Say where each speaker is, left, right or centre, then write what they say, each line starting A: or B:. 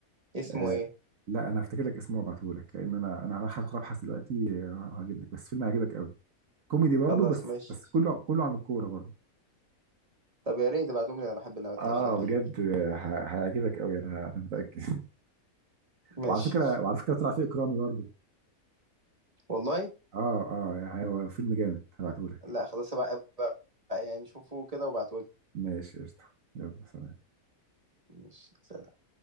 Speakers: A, on the right (about 25°); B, on the right (about 65°).
A: اسمه
B: آه
A: ايه
B: لا انا هفتكر لك اسمه وابعته لك لان انا انا هروح ادخل ابحث دلوقتي آه، هجيب لك بس فيلم هيعجبك قوي كوميدي برضه
A: خلاص
B: بس
A: ماشي
B: بس كله كله عن الكوره برضه
A: طب يا ريت تبعتهم لي انا بحب نوع الافلام
B: اه
A: دي
B: بجد ه- هيعجبك قوي انا انا متاكد <laughs>
A: ماشي
B: وعلى فكره وعلى فكره طلع فيه اكرامي برضه
A: والله
B: اه اه هو فيلم جامد هبعته لك
A: لا خلاص بقى, بقى يعني شوفوا كده وابعتوا لي
B: ماشي قشطه يلا سلام
A: ماشي سلام.